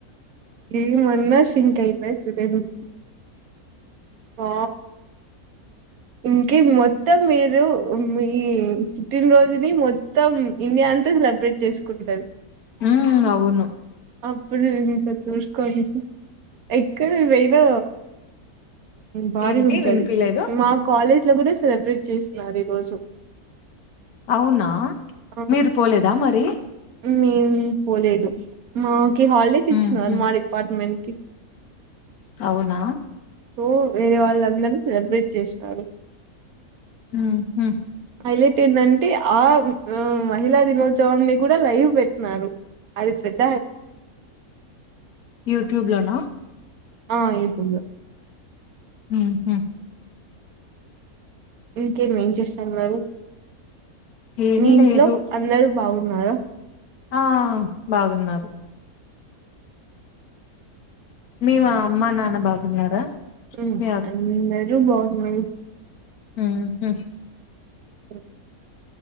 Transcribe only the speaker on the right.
ఏ మనన్నా సింక్ అయిందా <inaudible> ఆ ఇంక మొత్తం మీరు మీ పుట్టినరోజుని మొత్తం ఇన్ని ఇండియా అంత సెలబ్రేట్ చేసుకుంటది
అప్పుడు ఇంకా చూసుకోడి ఎక్కడదైనా భారీగా
ఉంటది
మా కాలేజ్ ట్లో గుడ సెలబ్రేట్ చేస్తున్నారు ఈరోజు
ఆ!
మేం పోలేదు మాకి హాలిడేస్
ఇచ్చినారు మా డిపార్ట్మెంట్
ఓ వేరే వాళ్ళందరు సెలబ్రేట్ చేసినారు
హైలైట్ ఏందంటే ఆ మహిళా దినోచ్చవంని కూడా లైవ్ పెట్నారు అది పెద్
ఆ! యూట్యూబ్‌లో.
ఇంకేమి ఏం చేస్తన్నరు
మీ ఇంట్లో
అందరు బావున్నార
ఉ
అందరూ బాగున్నారు
అ